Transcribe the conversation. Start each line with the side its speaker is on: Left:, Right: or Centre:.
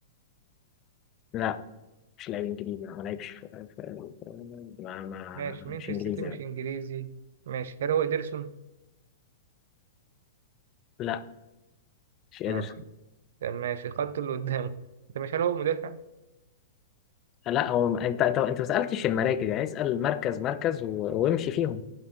Left: لا مش لاعب انجليزي ما لعبش في... في... في... ما... ما
Right: ماشي مين
Left: مش
Right: في
Left: انجليزي
Right: السيتي مش
Left: لا
Right: إنجليزي؟ ماشي هل هو إيدرسون؟
Left: لا مش قادر
Right: آه. طب ماشي الخط اللي قدامه أنت مش هل هو مدافع؟
Left: لا لا، هو ما- انت انت انت ما سالتش المراكز يعني اسال مركز مركز و... وامشي فيهم